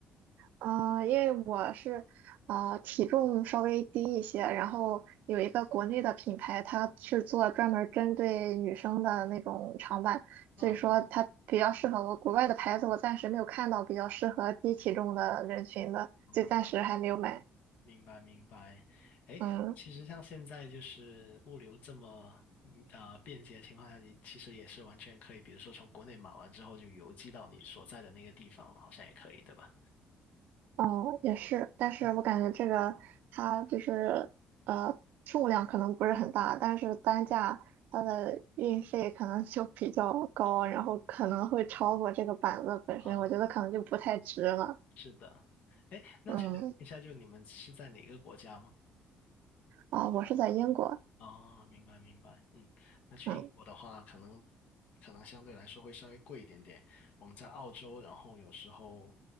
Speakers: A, on the right; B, on the left.
A: 嗯、因为我是呃体重稍微低一些，然后有一个国内的品牌，它是做专门儿针对女生的那种长板，
B: 啊。
A: 所以说它比较适合我。国外的牌子我暂时没有看到比较适合低体重的人群的，
B: 哦。
A: 就暂时还没有买。
B: 明白明白，哎，
A: 嗯。
B: 其实像现在就是物流这么嗯呃便捷的情况下，你其实也是完全可以，比如说从国内买完之后就邮寄到你所在的那个地方，好像也可以，对吧？
A: 哦，也是，但是我感觉这个它就是呃数量可能不是很大，
B: 嗯，
A: 但是单价它的运费可能就比较高，
B: 是
A: 然后可能会超过这个板子本身，
B: 啊，
A: 我觉得可能就不太值了。
B: 是的。哎，那请问一下，
A: 嗯，
B: 就你们是在哪个国家吗？
A: 啊、我是在英国，
B: 哦，明白明白，嗯，那去英国的话，
A: 嗯，
B: 可能可能相对来说会稍微贵一点点。我们在澳洲，然后有时候